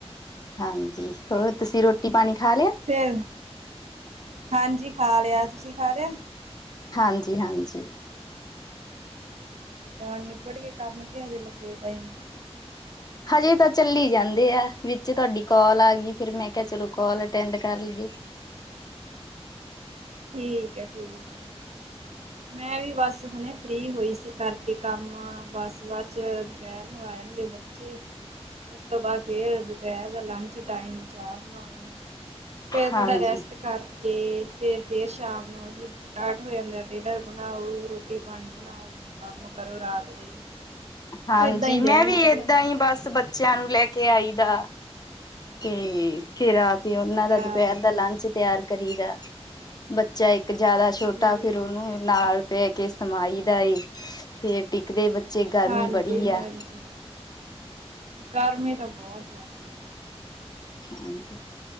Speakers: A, on the left (about 35°); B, on the right (about 80°).
A: ਹਾਂਜੀ, ਹੋਰ ਤੁਸੀਂ ਰੋਟੀ-ਪਾਣੀ ਖਾ ਲਿਆ?
B: ਫੇਰ, ਹਾਂਜੀ ਖਾ ਲਿਆ, ਤੁਸੀ ਖਾ ਲਿਆ?
A: ਹਾਂਜੀ-ਹਾਂਜੀ।
B: ਹੁਨ ਨਿਬੜ ਕੇ ਕੰਮ ਕਿ ਹਜੇ ਲੱਗੇ ਪਏ ਆ?
A: ਹਜੇ ਤਾ ਚੱਲੀ ਜਾਂਦੇ ਆ, ਵਿੱਚ ਤੁਆਡੀ ਕੋਲ ਆ ਗਈ ਫੇਰ ਮੈ ਕਿਹਾ ਚਲੋ ਕੋਲ ਅਟੈਂਡ ਕਰ ਲੀਏ।
B: ਠੀਕ ਐ ਠੀਕ ਐ, ਮੈਂ ਵੀ ਬਸ ਹੁਣੇ ਫ੍ਰੀ ਹੋਈ ਸੀ। ਕਰਕੇ ਕੰਮ, ਬੱਸ ਬਾਦ ਚ ਦੁਪੈਰ ਨੂੰ ਆ ਜਾਣਗੇ ਬੱਚੇ। ਓਸ ਤੋ ਬਾਦ ਫੇਰ ਦੁਪੈਰ ਦਾ ਲੰਚ ਟਾਈਮ, ਚਾਹ ਬਣਾਉਣੀ ਫੇਰ ਥੋੜਾ
A: ਹਾਂਜੀ
B: ਰੈਸਟ ਕਰਕੇ, ਫੇਰ-ਫੇਰ ਸ਼ਾਮ ਨੂੰ ਓਹੀ ਸਟਾਰਟ ਹੋ ਜਾਂਦਾ ਆ ਡਿਨਰ ਬਣਾਓ, ਰੋਟੀ-ਪਾਣੀ ਬਣਾਓ, ਕੰਮ ਕਰੋ ਰਾਤ ਦੇ।
A: ਹਾਂਜੀ,
B: ਏਦਾਂ ਹੀ ਦਿਨ
A: ਮੈਂ ਵੀ
B: ਲੰਘ ਜਾਂਦਾ
A: ਏਦਾਂ ਹੀ ਬਸ ਬੱਚਿਆਂ ਨੂੰ ਲੈ ਕੇ ਆਈ ਦਾ। ਤੇ ਫੇਰ ਆ ਕੇ ਓਨਾਂ
B: ਅੱਛਾ
A: ਦਾ ਦੁਪੈਰ ਦਾ ਲੰਚ ਤਿਆਰ ਕਰੀਦਾ। ਬੱਚਾ ਇੱਕ ਜਾਦਾ ਛੋਟਾ
B: ਠੀਕ
A: ਫੇਰ ਓਨੂੰ
B: ਹੈ
A: ਨਾਲ ਪੇ ਕੇ ਸਮਾਈ ਦਾ ਏ, ਫੇਰ ਟਿਕਦੇ ਬੱਚੇ ਗਰਮੀ
B: ਹਾਂਜੀ
A: ਬੜੀ
B: ਹਾਂਜੀ
A: ਆ।
B: ਗਰਮੀ ਤਾਂ ਬੋਤ ਜਾਦਾ
A: ਹਾਜੀ,